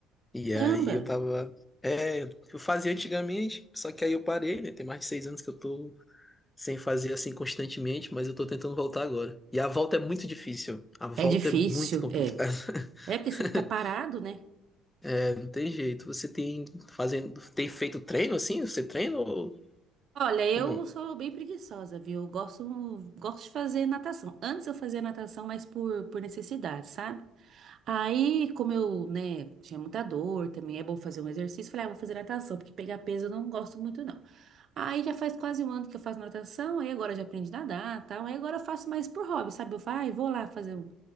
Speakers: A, on the left; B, on the right.
A: E aí
B: Caramba!
A: eu tava. É, eu fazia antigamente, só que aí eu parei, né? Tem mais de seis anos que eu tô sem fazer assim constantemente, mas eu tô tentando voltar agora. E a volta é muito difícil. A volta
B: É difícil,
A: é muito complicada.
B: é.
A: <laughs>
B: É porque você fica parado, né?
A: É, não tem jeito. Você tem fazendo, tem feito treino assim? Você treina ou,
B: Olha, eu
A: ou não?
B: sou bem preguiçosa, viu? Eu Gosto, gosto de fazer natação. Antes eu fazia natação, mas por, por necessidade, sabe? Aí, como eu, né, tinha muita dor, também é bom fazer um exercício, falei, ah, vou fazer natação, porque pegar peso eu não gosto muito, não. Aí já faz quase um ano que eu faço natação, aí agora eu já aprendi a nadar, tal. Aí agora eu faço mais por hobby, sabe? Eu falo, ah, eu vou lá fazer um.